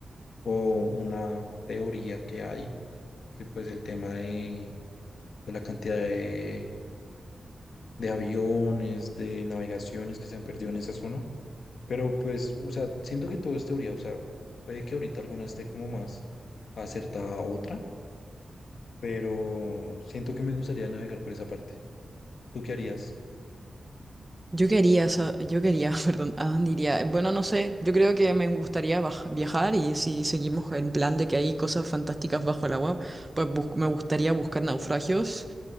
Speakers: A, on the left; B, on the right.
A: o una teoría que hay, que pues el tema de de la cantidad de de aviones, de navegaciones que se han perdido en esa zona. Pero pues, o sea, siento que todo es teoría, o sea, puede que ahorita alguna esté como más acertada a otra, pero siento que me gustaría navegar por esa parte. ¿Tú qué harías?
B: Yo quería, sa- yo quería, <laughs> perdón, ¿a dónde iría? Eh, Bueno, no sé, yo creo que me gustaría baj- viajar y si seguimos en plan de que hay cosas fantásticas bajo el agua, pues bus- me gustaría buscar naufragios,